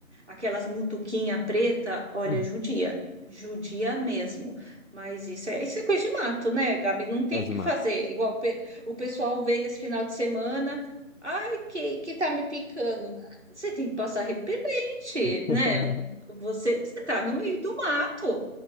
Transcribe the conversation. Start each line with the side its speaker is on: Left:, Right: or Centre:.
Right: aquelas mutuquinha preta, olha,
Left: Uhum.
Right: judia, judia mesmo. Mas isso é, isso é coisa de mato, né, Gabi? Não tem
Left: É
Right: o que
Left: de mata.
Right: fazer. Igual o pe- o pessoal veio esse final de semana, ai, que, que tá me picando. Você tem que passar repelente,
Left: <laughs>
Right: né? Você, você tá no meio do mato.